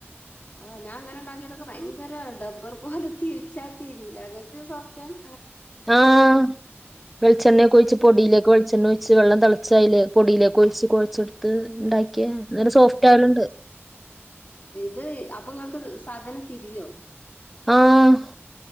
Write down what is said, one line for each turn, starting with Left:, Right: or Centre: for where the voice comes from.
Left: ആ ഞാൻ അങ്ങനെ ഉണ്ടാക്കിട്ടൊക്കെ ഭയങ്കര ഡബ്ബർ പോലെ തിരിച്ചാത്തിരില അതൊക്ക് സോഫ്റ്റ്ണ്
Centre: ആഹ വെളിച്ചെണ്ണയൊക്കെ ഒഴച്ച് പൊടിയിലേക്ക്െ വെളിച്ചെണ്ണ ഒഴിച്ച് വെള്ളം തിളച്ചല് പൊടിയിലേക്കെ ഒഴിച്ച് കൊഴച്ച്െടുത്ത് ഉണ്ടാക്കിയ അന്നര സോഫ്റ്റ് ആയാലണ്ട്
Left: അത് അപ്പൊ ക്ക് സാധനം തിരിയോ
Centre: ആഹ